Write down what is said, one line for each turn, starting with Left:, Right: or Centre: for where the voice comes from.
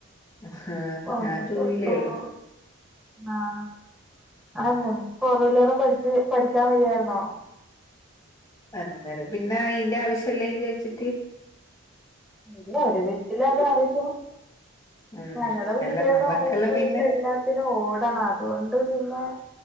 Left: ആഹ്
Centre: ഒന്ന്
Left: ഞാൻ ടുവീലേ
Centre: കൊണ്ടോവാ
Left: ഉള്ളൂ
Centre: ആഹ്
Left: ഉം.
Centre: അതല്ല ഫോ ടുവീലറും പടിച്ച് പഠിക്കാൻ വയ്യാരുന്നോ
Left: അന്നേരം പിന്നെ അയിന്റെ ആവശ്യുള്ളേന്ന് ചോയിച്ചിട്ട്
Centre: രിയാ ഒര് വീട്ടില അതാവശ്യവും
Left: ഉം.
Centre: ഞങ്ങടെ വീട്ടിൽന്ന്
Left: അല്ല നമ്മക്കെല്ലാം
Centre: പറയുമ്പോ
Left: പിന്നെ
Centre: ഇപ്പോ എല്ലാത്തിനും ഓടണം അതുകൊണ്ട് പിന്നെ